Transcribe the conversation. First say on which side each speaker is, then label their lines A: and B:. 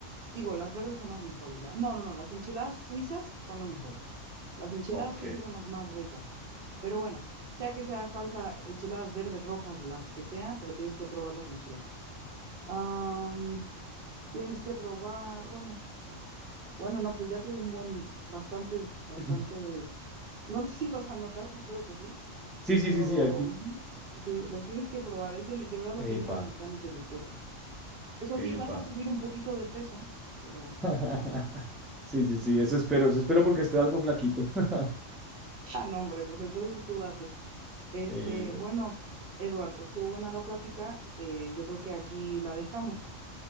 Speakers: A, on the right; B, in the centre.
A: digo, las verdes son las mejores. la- no, no, no, las enchiladas suizas son las mejores. Las enchiladas
B: Ok.
A: suizas son las más ricas. Pero bueno, sea que sea salsa, enchiladas verdes, rojas, las que sean, pero tienes que probar las enchiladas. Am, tienes que probar, bueno, bueno, no, pues ya te di un buen, bastantes, bastantes,
B: <laughs>
A: no sé si los anotaste, espero que sí,
B: Sí,
A: pero
B: sí, sí, sí, aquí.
A: ujú, sí, los tienes que probar, es deli- de verdad la comida
B: Epa,
A: mexicana es deliciosa. Eso
B: epa.
A: sí, vas a subir un poquito de peso, pero bueno.
B: <laughs> Sí, sí, sí, eso espero, eso espero porque estoy algo flaquito. <laughs>
A: Ah, no, hombre, pues entonces tú date. Este,
B: Eso.
A: bueno, Edward, estuvo buena la plática, eh, yo creo que aquí la dejamos.